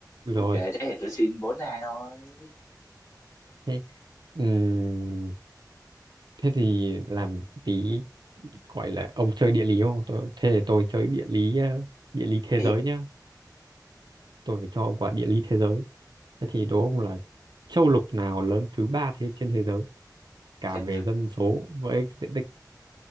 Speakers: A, on the right (about 75°); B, on the left (about 45°).
A: Ui
B: ok
A: rồi
B: thế thì tôi xin bốn hai thôi
A: thế ừm, thế thì làm tí gọi là ông chơi địa lý không tôi thế thì tôi chơi địa lý ờ, địa lý thế
B: Ây
A: giới
B: da,
A: nhá tôi phải cho ông quả địa lý thế giới thế thì đố ông là châu lục nào lớn thứ ba thế trên thế giới cả
B: chết
A: về dân số với diện tích